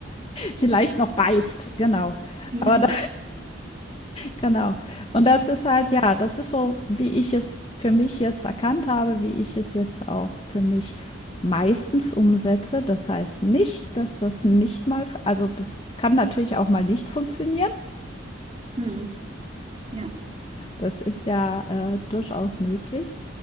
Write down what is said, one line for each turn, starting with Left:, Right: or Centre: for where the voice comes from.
Left: vielleicht noch beißt, genau.
Right: Genau.
Left: Aber Genau. Und das ist halt, ja, das ist so, wie ich es für mich jetzt erkannt habe, wie ich es jetzt auch für mich meistens umsetze. Das heißt nicht, dass das nicht mal, also das kann natürlich auch mal nicht funktionieren.
Right: Hm. Ja,
Left: Das ist ja äh, durchaus möglich.